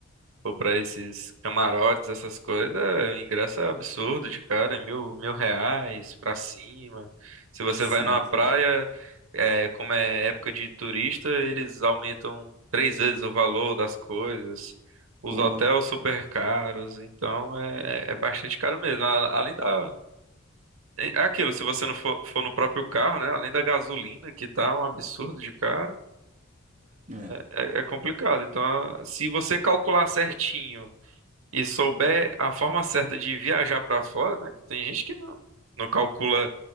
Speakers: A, on the right; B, on the right.
A: Pô, pra esses camarotes, essas coisas, é, o ingresso é absurdo de cara, é mil, mil reais pra cima. Se você
B: Sim,
A: vai numa praia,
B: sim.
A: é, como é época de turista, eles aumentam três vezes o valor das coisas. Os
B: Pô,
A: hotéis super caros, então é, é é bastante caro mesmo. A- Além da. É é aquilo, se você não for, for no próprio carro, né? Além da gasolina, que tá um absurdo de caro,
B: é.
A: é, é complicado. Então, se você calcular certinho e souber a forma certa de viajar para fora, né? Que tem gente que não, não calcula